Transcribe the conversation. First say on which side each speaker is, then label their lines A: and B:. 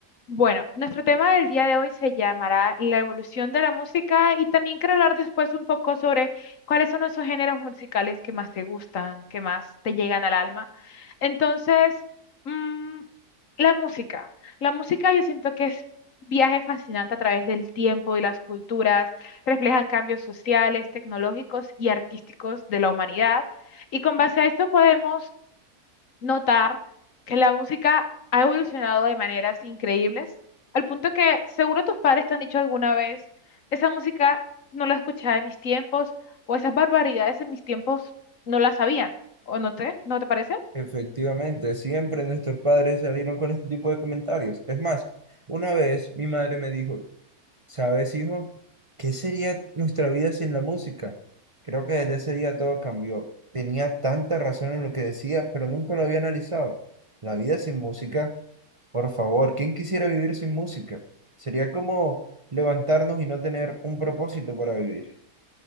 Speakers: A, on the left; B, on the right.
A: Bueno, nuestro tema del día de hoy se llamará la evolución de la música y también quiero hablar después un poco sobre cuáles son esos géneros musicales que más te gustan, que más te llegan al alma. Entonces, mm, la música. La música yo siento que es viaje fascinante a través del tiempo y las culturas, reflejan cambios sociales, tecnológicos y artísticos de la humanidad. Y con base a esto podemos notar que la música ha evolucionado de maneras increíbles, al punto que seguro tus padres te han dicho alguna vez, esa música no la escuchaba en mis tiempos, o esas barbaridades en mis tiempos no las sabían, ¿o no te, no te parece?
B: Efectivamente, siempre nuestros padres salieron con este tipo de comentarios. Es más, una vez mi madre me dijo, ¿sabes, hijo? ¿Qué sería nuestra vida sin la música? Creo que desde ese día todo cambió. Tenía tanta razón en lo que decía, pero nunca lo había analizado. La vida sin música, por favor, ¿quién quisiera vivir sin música? Sería como levantarnos y no tener un propósito para vivir.